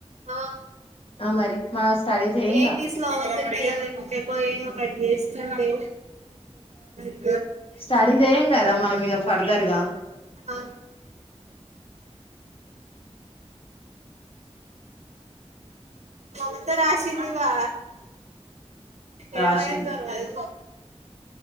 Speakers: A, on the right; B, on the left.
A: ఆ
B: ఆ మరి మనం స్టడీ చెయ్యంగా
A: ఎయిటీస్ లో అవుతుండే ఏదో ఒకటి చేస్తుంది <inaudible>
B: స్టడీ చేయం కదా మనం ఇక ఫర్దర్గా
A: ఆ మమత రాసిందిగా
B: రాసింది
A: ఏం అయిందో మరి